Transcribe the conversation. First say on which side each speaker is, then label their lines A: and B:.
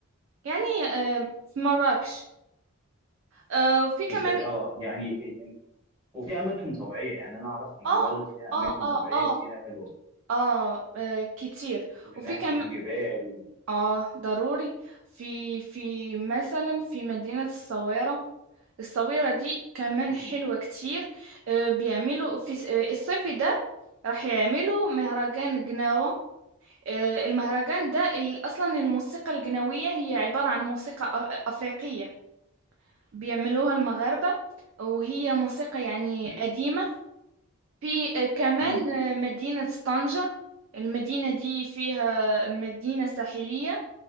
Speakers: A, on the right; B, on the right.
A: يعني آه، في مراكش آه، وفي كمان
B: ازاي اه يعني يعني- وفي اماكن طبيعية يعني انا اعرف ان
A: اه
B: المغرب فيها
A: اه
B: اماكن
A: اه
B: طبيعية
A: اه
B: كتيرة حلوة
A: اه آه، كتير
B: من
A: وفي
B: ناحية
A: كمان
B: الجبال وال...
A: اه ضروري في في مثلا في مدينة الصويرة الصبيرة دي كمان
B: امم
A: حلوة كتير آه، بيعملوا في س- آه، الصيف ده راح يعملوا مهرجان جناوة آه، المهرجان ده ال- أصلا الموسيقى الجناوية هي عبارة عن موسيقى أ- أفريقية بيعملوها المغاربة وهي موسيقى يعني
B: امم
A: قديمة في آه، كمان
B: امم
A: آه، مدينة طنجة المدينة دي فيها المدينة ساحلية